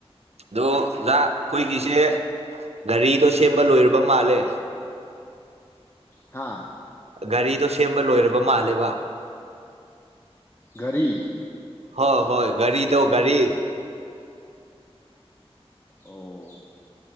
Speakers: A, on the right (about 80°); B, on the left (about 25°).
A: ꯑꯗꯣ ꯑꯣꯖꯥ ꯑꯩꯈꯣꯏꯒꯤꯁꯦ ꯒꯥꯔꯤꯗꯣ ꯁꯦꯝꯕ ꯂꯣꯏꯔꯕ ꯃꯥꯜꯂꯦ
B: ꯍꯥꯥ
A: ꯒꯥꯔꯤꯗꯣ ꯁꯦꯝꯕ ꯂꯣꯏꯔꯕ ꯃꯥꯜꯂꯦꯕ
B: ꯀꯔꯤ
A: ꯍꯣꯏ ꯍꯣꯏ ꯒꯥꯔꯤꯗꯣ ꯒꯥꯔꯤ
B: ꯑꯣ